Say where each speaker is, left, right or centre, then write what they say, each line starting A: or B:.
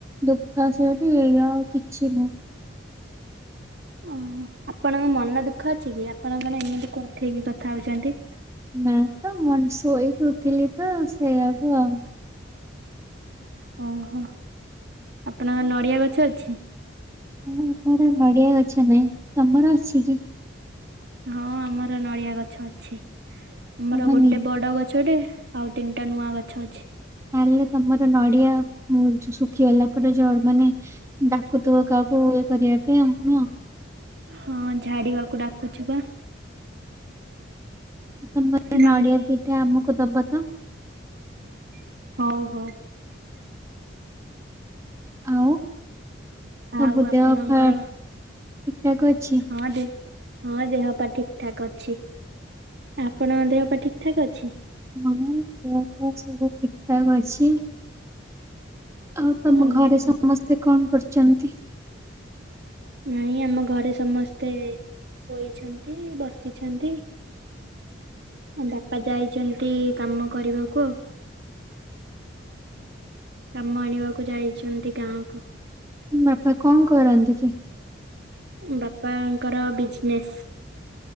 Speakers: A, on the right; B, on the right.
A: ଦୁପା ସେଟ ଏଇଆା ଆଉ କିଛି ନୁହେଁ।
B: ଓହୋ ଆପଣଙ୍କ ମନ ଦୁଃଖ ଅଛି କି ଆପଣ କଣ ଏମିତି କୁଂଥେଇ କି କଥା ହେଉଛନ୍ତି?
A: ନା ତ ମ ଶୋଇକି ଉଠିଲି ତ ସେଇଆକୁ ଆଉ
B: ଓହୋ ଆପଣଙ୍କ ନଡିଆ ଗଛ ଅଛି?
A: ଆମର ନଡିଆ ଗଛ ନାଇଁ ତମର ଅଛି କି?
B: ହଁ ଆମର ନଡିଆ ଗଛ ଅଛି ଆମର
A: ତମେ
B: ଗୋଟେ
A: ନି
B: ବଡ ଗଛଟେ ଆଉ ତିନିଟା ନୂଆ ଗଛ ଅଛି।
A: ତାହେଲେ ତମର ନଡିଆ ଉ ଯୁ ଶୁଖିଗଲା ପରେ ଝଡେ ମାନେ ଡାକୁଥିବ କାହାକୁ ଇଏ କରିବା ପାଇଁ ନୁହଁ?
B: ହଁ ଝାଡିବାକୁ ଡାକୁଛୁ ପା
A: ତମର
B: ଏଇନା
A: ନଡିଆ ଦିଇଟା ଆମକୁ ଦବ ତ?
B: ହୋଉ ହୋଉ।
A: ଆଉ। ସବୁ
B: ଆଉ ଆପଣଙ୍କର
A: ଦେହ ଫା ଠିକଠାକ୍ ଅଛି?
B: ହଁ ଠିକ୍ ହଁ ଦେହ ପା ଠିକ୍ ଠାକ୍ ଅଛି ଆପଣଙ୍କ ଦେହ ପା ଠିକ୍ ଠାକ୍ ଅଛି?
A: ହଁ ଦେହପା ସବୁଠିକ୍ ଠାକ୍ଅଛି। ଆଉ ତମ
B: ଓହୋ
A: ଘରେ ସମସ୍ତେ କଣ କରୁଚନ୍ତି?
B: ନାଇଁ ଆମ ଘରେ ସମସ୍ତେ ଶୋଇଛନ୍ତି ବସିଛନ୍ତି। ବାପା ଯାଇଚନ୍ତି କାମ କରିବାକୁ ଆଉ। କାମ ଆଣିବାକୁ ଯାଇଛନ୍ତି ଗାଁକୁ।
A: ବାପା କଣ କରନ୍ତି କି?
B: ବାପାଙ୍କର ବିଜିନେସ୍।